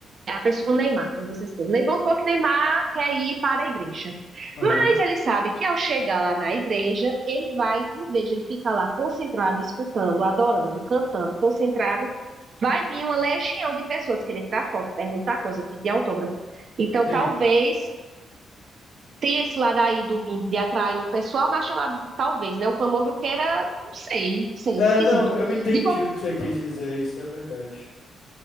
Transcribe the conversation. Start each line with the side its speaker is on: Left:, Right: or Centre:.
Right: é a pessoa, o Neymar, como vocês estão, nem vamos supor que Neymar quer ir para a igreja.
Left: Aham.
Right: Mas ele sabe que ao chegar lá na igreja, ele vai, em vez de ele ficar lá concentrado, escutando, adorando, cantando, concentrado, vai vir uma legião de pessoas querer tirar foto, perguntar coisa, pedir autógrafo. Então,
Left: Sim.
Right: talvez tem esse lado aí do, do- de atrair o pessoal, mas tem o lado, talvez, né? O famoso queira, não sei, não sei,
Left: É,
Right: esquisito.
Left: não, eu entendi
Right: De, qual-
Left: o que você quis dizer, isso é verdade.